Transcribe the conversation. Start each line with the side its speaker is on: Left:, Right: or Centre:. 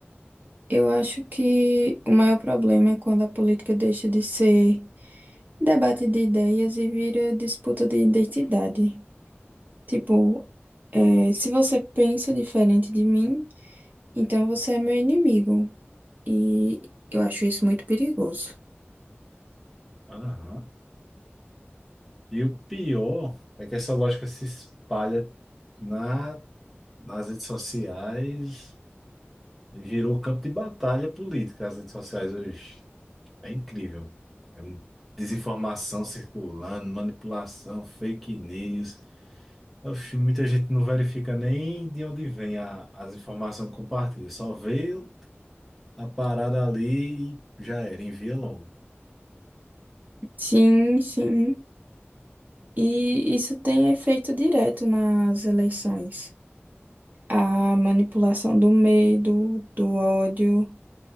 Right: Eu acho que o maior problema é quando a política deixa de ser debate de ideias e vira disputa de identidade. Tipo, é, se você pensa diferente de mim, então você é meu inimigo. E eu acho isso muito perigoso.
Centre: Aham. E o pior é que essa lógica se espalha na, nas redes sociais e virou campo de batalha política as redes sociais hoje. É incrível. É um desinformação circulando, manipulação, fake news. Oxi, muita gente não verifica nem de onde vem a, as informações que compartilha. Só vê a parada ali e já era, envia logo.
Right: Sim, sim. E isso tem efeito direto nas eleições. A manipulação do medo, do ódio.